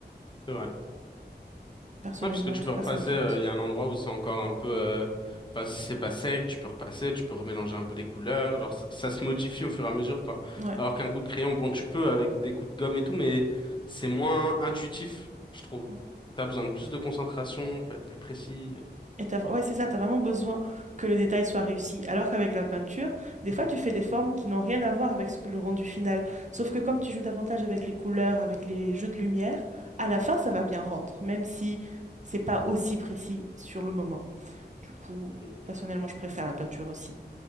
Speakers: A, on the left; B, on the right.
A: c'est vrai.
B: Personnellement,
A: Ouais, parce que tu
B: en tout
A: peux
B: cas,
A: repasser,
B: ça me tente.
A: euh, il y a un endroit où c'est encore un peu... euh, Enfin, si c'est pas sec, tu peux repasser, tu peux remélanger un peu les couleurs, genre ça, ça se modifie au fur et à mesure, quoi.
B: Ouais.
A: Alors qu'un coup de crayon, bon, tu peux avec des coups de gomme et tout, mais c'est moins intuitif, je trouve.
B: ouais.
A: T'as besoin de plus de concentration, faut être plus précis.
B: Et t'as, ouais, c'est ça, t'as vraiment besoin que le détail soit réussi. Alors qu'avec la peinture, des fois, tu fais des formes qui n'ont rien à voir avec ce que le rendu final. Sauf que comme tu joues davantage avec les couleurs, avec les jeux de lumière, à la fin, ça va bien rendre, même si c'est pas aussi précis sur le moment. Du coup,
A: Donc,
B: personnellement, je préfère la peinture aussi.